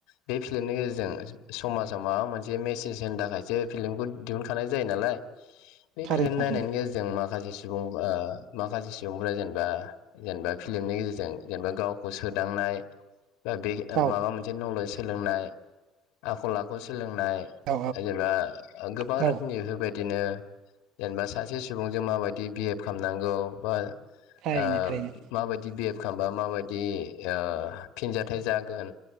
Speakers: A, on the left (about 80°); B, on the right (about 55°).
A: बे फिल्मनि गेजेरजों जों समाजाव माबा मोनसे मेसेज होनो थाखायसो फिल्मखौ दिहुनखानाय जायो नालाय बै
B: थारैनो
A: फिल्म
B: थारैनो
A: नायनायनि गेजेरजों माखासे सुबुं ओ माखासे सुबुंफोरा जेनबा जेनबा फिल्मनि गेजेरजों जेनेबा गावखौ सोदांनाय बा बे
B: औ
A: माबा मोनसे नलेज सोलोंनाय आखल आखु सोलोंनाय
B: औ
A: जेनेबा गोबां
B: औ
A: रोखोमनि बेफोरबायद बिदिनो जेनेबा सासे सुबुंजों माबायदि बिहेभ खालामनांगौ बा
B: थारैनो
A: ओ
B: थारैनो
A: माबायदि बिहेभ खामबा माबायदि ओ फिनजाथाइ जागोन